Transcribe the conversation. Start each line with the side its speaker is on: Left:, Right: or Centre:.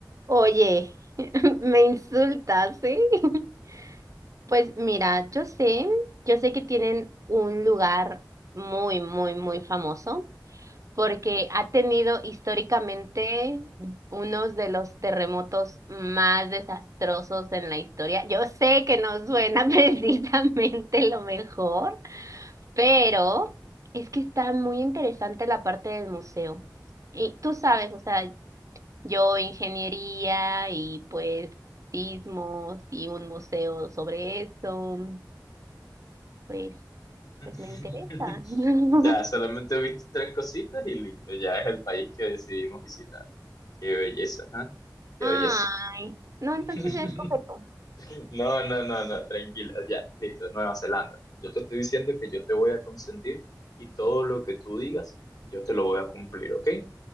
Right: Oye, <laughs> me insultas, ¿sí? <laughs> Pues mira, yo sé, yo sé que tienen un lugar muy, muy, muy famoso porque ha tenido históricamente unos de los terremotos más desastrosos en la historia. Yo sé que no suena <laughs> precisamente lo mejor, pero es que está muy interesante la parte del museo. Y tú sabes, o sea, Yo ingeniería y pues sismos y un museo sobre eso, pues,
Left: <laughs>
Right: pues me interesa. <laughs>
Left: Ya, solamente viste tres cositas y listo, ya es el país que decidimos visitar. Qué belleza, ¿ah? Qué
Right: Ay,
Left: belleza.
Right: no, entonces
Left: <laughs>
Right: ya escoge tú.
Left: No, no, no, no, tranquila, ya, listo, Nueva Zelanda. Yo te estoy diciendo que yo te voy a consentir y todo lo que tú digas, yo te lo voy a cumplir, ¿ok?